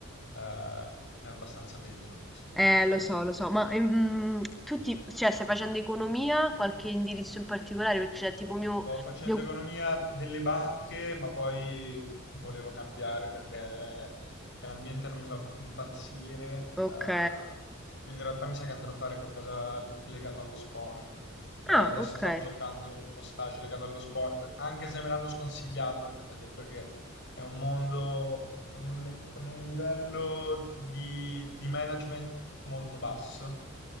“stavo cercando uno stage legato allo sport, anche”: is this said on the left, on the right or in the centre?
Left